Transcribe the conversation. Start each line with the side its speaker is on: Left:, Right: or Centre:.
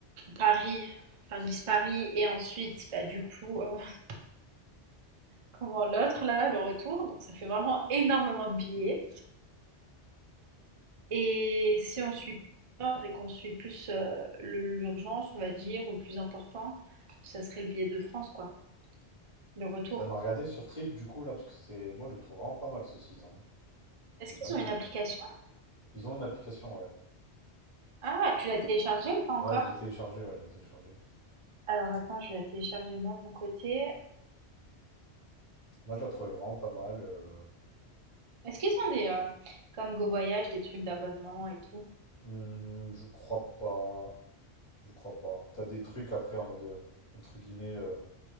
Right: Paris, enfin Nice-Paris, et ensuite, bah, du coup, euh, <laughs> comment l'autre, là, le retour. Donc, ça fait vraiment énormément de billets. Et si on suit pas l'ordre et qu'on suit plus euh, le- l'urgence, on va dire, ou le plus important, ça serait le billet de France, quoi, le retour.
Left: Et on a regardé sur Trip du coup là, parce que c'est. Moi je le trouve vraiment pas mal ce site. hein.
Right: Est-ce
Left: J'ai
Right: qu'ils
Left: bien aimé.
Right: ont une application?
Left: Ils ont une application, ouais.
Right: Ah, tu l'as téléchargée ou pas encore?
Left: Ouais, je l'ai téléchargé, ouais, je l'ai téléchargé.
Right: Alors attends, je vais la télécharger moi de mon côté.
Left: Moi je la trouvais vraiment pas mal. euh.
Right: Est-ce qu'ils ont des, euh, comme GoVoyage, des trucs d'abonnement et tout?
Left: Hmm, je crois pas. Je crois pas. T'as des trucs après en mode euh, entre guillemets. euh,